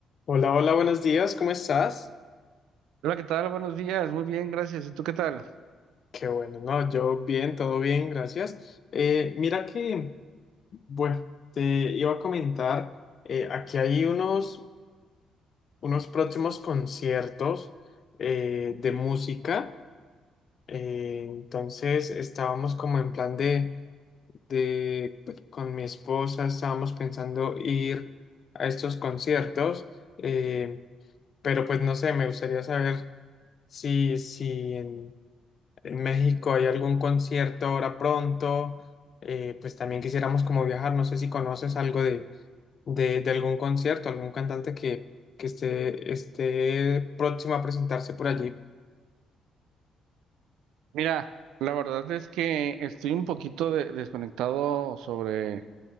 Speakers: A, on the left; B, on the right.
A: Hola, hola, buenos días, ¿cómo estás?
B: Hola, ¿qué tal? Buenos días. Muy bien, gracias. ¿Y tú qué tal?
A: Qué bueno, no, yo bien, todo bien, gracias. Eh, mira que, bueno, te iba a comentar, eh, aquí hay unos, unos próximos conciertos eh, de música, eh, entonces estábamos como en plan de, de, pues, con mi esposa estábamos pensando ir a estos conciertos, eh, pero pues no sé, me gustaría saber si, si en en México hay algún concierto ahora pronto, eh, pues también quisiéramos como viajar, no sé si conoces algo de, de, de algún concierto, algún cantante que, que esté, esté próximo a presentarse por allí.
B: Mira, la verdad es que estoy un poquito de- desconectado sobre